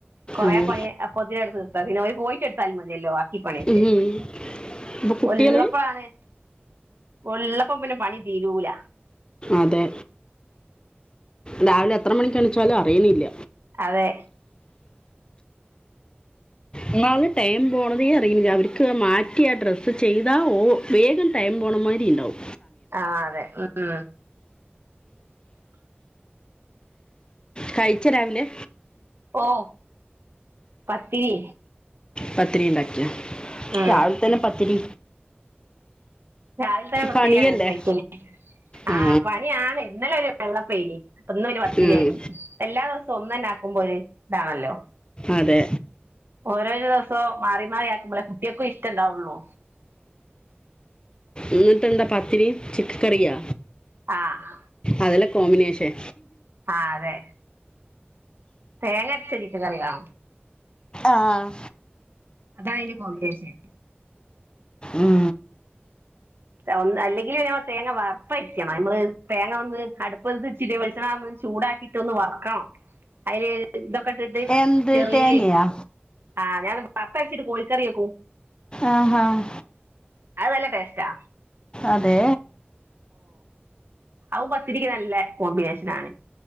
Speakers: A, on the right; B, on the left.
A: കൊറെ
B: അതെ.
A: പണി അപ്പൊത്തിലും തീർക്കും പിന്നെ അവര് പോയിട്ട് എടുത്താലും മതിയല്ലോ പണിയൊക്കെ
B: ഉം. ഇപ്പൊ കുട്ടികള്
A: ഉള്ളപ്പോഴാണ് ഉള്ളപ്പോ അപ്പോപ്പിന്നെ പണി തീരൂല
B: അതെ രാവിലെ എത്ര മണിക്ക് എണിച്ചാലും അറിയണില്ല
A: അതെ
B: എന്നാള് ടൈം പോണതേ അറങ്ങുന്നില്ല അവർക്ക് മാറ്റിയ ആ ഡ്രസ്സ് ചെയ്താൽ ഓ വേഗം ടൈം പോകണമാതിരി ഇണ്ടാവും
A: ആ അതെ ഉം
B: കഴിച്ച രാവിലെ
A: ഓ പത്തിരി
B: പത്തരിണ്ടക്കയാ
A: ഉം
B: രാവിലെ തന്നെ പത്തിരി
A: രാവിൽ തെന്നെ പത്തിരിയാണ്
B: പണിയല്ലേ
A: കഴിക്ക്ന്നെ ആഹ്
B: ആ
A: പണിയാണ് ഇന്നലെ ഒര് വെള്ളപ്പെയിനി അപ്പ ഇന്ന് പിന്നെ പത്തിരിയാക്കി
B: ഉം.
A: എല്ലാ ദിവ്സും ഒന്നെന്നെ ആക്കുമ്പോ ഒര് ഇതാണല്ലോ
B: അതെ
A: ഓരോര ദിവ്സെവും മാറി മാറി ആക്കുമ്പെളെ കുട്ടെക്കും ഇഷ്ടം ഇണ്ടാവൊള്ളു
B: ഇന്നെട്ട് എന്താ പാത്തിരിയും ചിക്ക കറിയാ?
A: ആഹ്
B: അത് അല്ലെ കോമ്പിനേഷൻ
A: ആഹ് അതെ തേങ്ങ അരെച്ച ചിക്കെൻ കറിയോ?
B: ആഹ്
A: അതാ അയ്ന് കോമ്പെഡേഷൻ
B: ഉം
A: ഒ അല്ലെങ്കില് മ്മൾ തേങ്ങ വറ്പ്പരിക്കണം നമ്മള് തേങ്ങ ഒന്ന് അടുപ്പടുത്ത് ചിരി വെളിച്ചണ ചൂടാക്കിട്ട് ഒന്ന് വറക്കണം അയ്ല് ഇതൊ ക്കെട്ടിട്ട്
B: എന്ത്
A: ചെറിഉള്ളിം
B: തേങ്ങയാ
A: ആഹ് ഞാൻ വറ ട്ട് കോഴി കറിയേ ക്കൂ
B: ആഹ് ആഹ്
A: അത് നല്ല പേസ്റ്റാ
B: അതെ
A: ഔ പത്തിരിക്ക് നല്ല കോമ്പിനേഷനാ ണ്